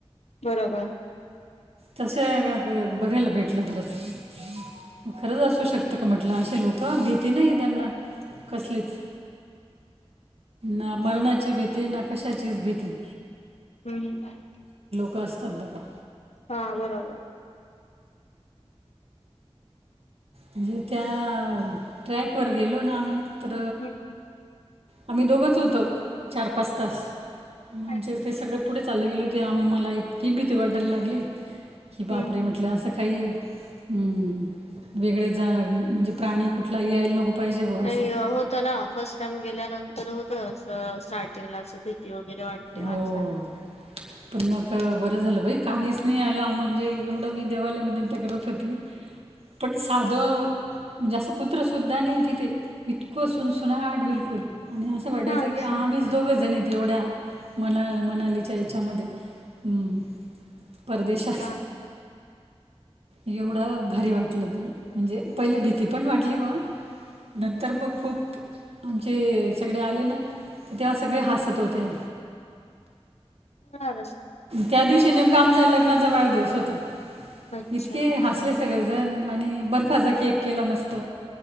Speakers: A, on the left; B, on the right.
A: बरोबर.
B: तस बघायला भेटलं खरं खरंच असू शकत का म्हट.. अे लोक भीती नाही त्यांना कसलीच. ना मरणाची भीती ना कशाचीच भीती.
A: हम्म ह्.
B: कस्तबबा..
A: हा बरोबर.
B: म्हणजे त्या ट्रॅक वर गेलो ना आम्ही तर..
A: हम्म ह.
B: आम्ही दोघंच होतो चार पाच तास.
A: हम्म
B: आमच्या ते सगळे पुढे चालले गेले होते आम मला इतकी भीती वाटायला लागली. कि बापरे
A: हम्म हम्म.
B: म्हटलं असं काही हम्. वेगळे जा म्हणजे प्राणी कुठला यायल नको. पाहिजे बुवा
A: नाही
B: असं
A: होत ना फर्स्ट टाइम गेल्यानंतर होत अस स्टार्टिंगला अस.. वगैरे वाटते
B: हो.
A: माणसाला.
B: पण मग बरं झालं बाई काहीच नाही आलं म्हणजे.. एवढं मी देवाला विनंती करत होती पण साध.. म्हणजे असं कुत्र सुद्धा नाही तिथे इतकं सुनसुना हाट बिलकुल. आणि असं वाटायचं
A: हा
B: की
A: का
B: आम्हीच दोघं जण येत एवढ्या.. मना मनालीच्या याच्यामध्ये ह्. परदेशचा!
A: हा का
B: एवढं भारी वाटलं त म्हणजे पहिली भीती पण वाटली ग.. नंतर मग खूप आमचे.. सगळे आले ना तर तेव्हा सगळे हसत होते.
A: हा.
B: त्या दिवशी नेमका आमच्या लग्नाचा वाढदिवस होता.
A: अच्छा
B: इतके
A: हम्म,
B: हसले सगळेजण आणि
A: हम्म.
B: बर्फाचा केक केला मस्त